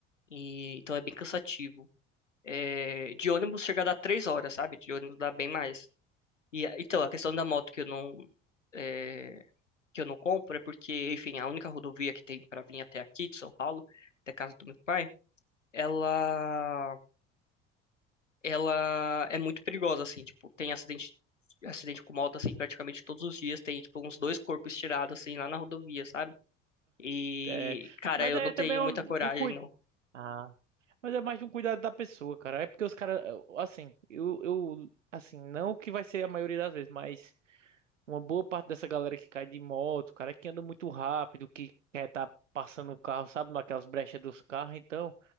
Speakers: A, on the left (about 80°); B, on the right (about 80°).
A: E, então é bem cansativo. É, de ônibus chega a dar três horas, sabe? De ônibus dá bem mais. E, então, a questão da moto que eu não, é, que eu não compro é porque, enfim, a única rodovia que tem pra vir até aqui, de São Paulo, até a casa do meu pai, ela, ela é muito perigosa, assim, tipo, tem acidente. Acidente com moto, assim, praticamente todos os dias. Tem, tipo, uns dois corpos tirados, assim, lá na rodovia, sabe? E,
B: É...
A: cara,
B: Mas
A: eu
B: é
A: não tenho
B: também
A: muita
B: um-
A: coragem,
B: do cuidado.
A: não.
B: Ah, mas é mais de um cuidado da pessoa, cara. É porque os caras, assim, eu, eu, assim, não que vai ser a maioria das vezes, mas uma boa parte dessa galera que cai de moto, cara, que anda muito rápido, que quer tá passando o carro, sabe, naquelas brechas dos carros, então.